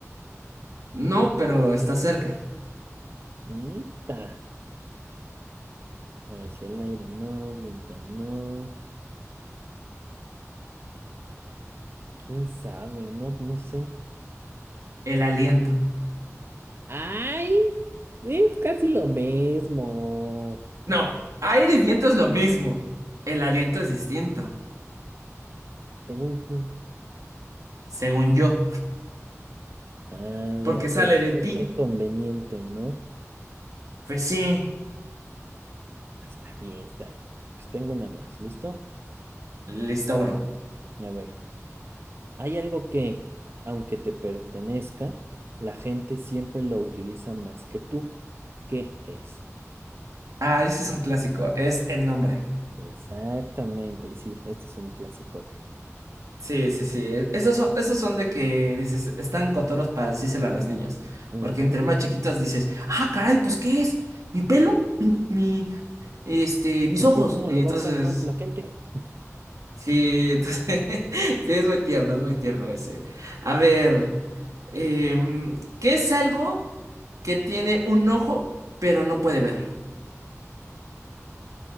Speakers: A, on the right; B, on the right.
A: No, pero está cerca.
B: Mm, ta. A ver si el aire no, viento no. ¿Quién sabe? No, no sé.
A: El aliento.
B: ¡Ay! Es casi lo mismo.
A: No, aire y viento es lo mismo. El aliento es distinto,
B: ¿Según quién?
A: según yo,
B: Ah, mira,
A: porque sale
B: qué,
A: de
B: qué,
A: ti.
B: qué conveniente, ¿no?
A: Pues sí.
B: Está bien, está bien. Pues tengo una más, ¿listo?
A: Listo, bro.
B: A ver, hay algo que, aunque te pertenezca, la gente siempre lo utiliza más que tú. ¿Qué es?
A: Ah, ese es un clásico, es el nombre.
B: Exactamente, y sí, este es un clasicote.
A: Sí, sí, sí. e, Esos son, esos son de que dices, están cotorros para decírselo a los niños.
B: Ujú.
A: Porque entre más chiquitos dices, ah, caray, pues ¿qué es? ¿Mi pelo? ¿Mi, mi, este, mis
B: Eh,
A: ojos?
B: Pero ¿cómo
A: Y
B: lo
A: entonces,
B: va a usar más la gente?
A: sí, entonces, <laughs> sí, es muy tierno, es muy tierno ese. A ver, em, ¿qué es algo que tiene un ojo pero no puede ver?